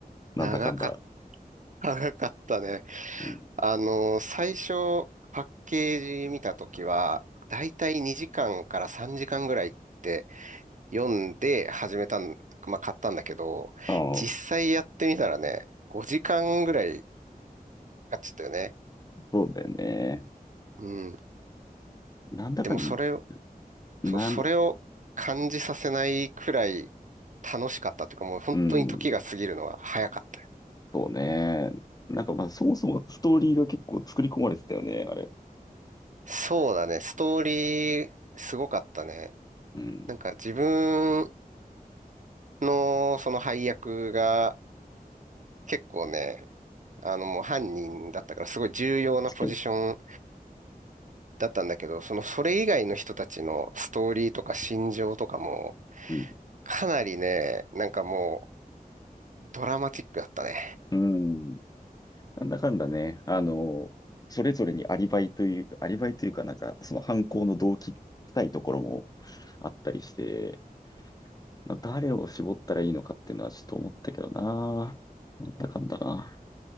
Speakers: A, on the left (about 25°); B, on the right (about 55°).
A: なんだかんだ。
B: 長かった、<laughs> 長かったね。
A: うん、
B: あのー最初、パッケージ見たときは、だいたい2時間から3時間ぐらいって読んで始めたん、まあ、買ったんだけど、
A: ああ、
B: 実際やってみたらね、5時間ぐらいかかっちゃったよね。
A: そうだよね。
B: うん。
A: なんだかん、
B: でもそれ
A: なん、
B: そう、それを感じさせないくらい楽しかったというか、もう本当に時が過ぎるのが早かったよ。
A: うん、そうね。なんかまあ、そもそもストーリーが結構作り込まれてたよね、あれ。
B: そうだね、ストーリーすごかったね。
A: うん、
B: なんか自分のその配役が結構ね、あのもう犯人だったからすごい重要なポジション
A: 確かに。
B: だったんだけど、そのそれ以外の人たちのストーリーとか心情とかも
A: うん、
B: かなりね、なんかもうドラマチックだったね。
A: うん。なんだかんだね、あの、それぞれにアリバイというか、アリバイというかなんか、その犯行の動機深いところもあったりして、まあ、誰を絞ったらいいのかっていうのはちょっと思ったけどな。なんだかんだな。